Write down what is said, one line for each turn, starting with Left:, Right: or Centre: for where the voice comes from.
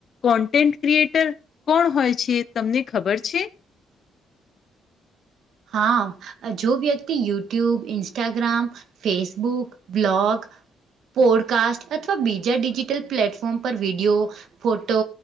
Left: content creator કોણ હોય છે તમને ખબર છે.
Right: હા જો વ્યક્તિ YouTube Instagram Facebook blog podcast અથવા બીજા ડિજિટલ પ્લેટફોર્મ પર વિડીયો ફોટો